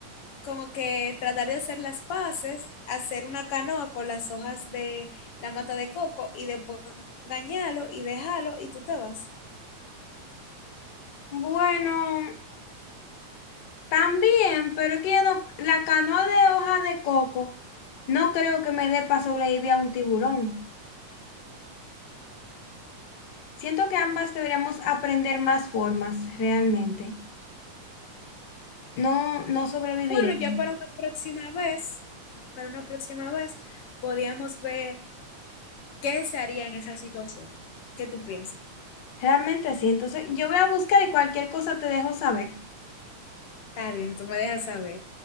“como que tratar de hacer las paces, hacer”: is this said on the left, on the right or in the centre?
Left